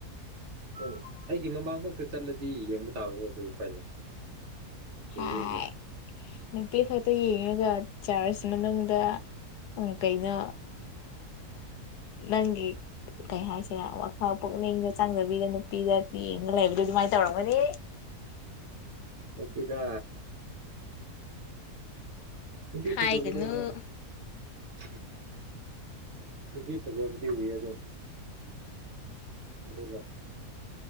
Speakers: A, on the right (about 55°); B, on the left (about 80°).
A: ꯑꯗꯨ ꯑꯩꯒꯤ ꯃꯃꯥꯡꯃꯛꯇ ꯆꯠꯂꯗꯤ ꯌꯦꯡꯕ ꯇꯥꯕꯀꯣ ꯀꯩ ꯎꯄꯥꯥꯏ ꯂꯩ ꯌꯦꯡꯅꯤꯡꯗ꯭ꯔꯁꯨ
B: ꯍꯥꯏ ꯅꯨꯄꯤ ꯈꯛꯇ ꯌꯦꯡꯉꯒ ꯆꯔꯆ ꯃꯅꯨꯡꯗ ꯀꯩꯅꯣ ꯅꯪꯒꯤ ꯀꯩ ꯍꯥꯏꯁꯤꯔ ꯋꯥꯛ ꯍ ꯄꯨꯛꯅꯤꯡꯒ ꯆꯥꯡꯗꯕꯤꯒ ꯅꯨꯄꯤꯒ ꯌꯦꯡꯉꯒ ꯂꯩꯕꯗꯣ ꯑꯗꯨꯃꯥꯏ ꯇꯧꯔꯝꯒꯅꯤ
A: ꯇꯧꯗꯦꯗ ꯅꯨꯄꯤ
B: ꯍꯥꯏꯒꯅꯨ
A: ꯐꯖꯕꯗꯣ ꯑꯃ <inaudible> ꯅꯨꯄꯤ ꯐꯖꯕꯗꯤ ꯎꯏꯌꯦ ꯑꯗꯣ <inaudible> ꯑꯗꯨꯅ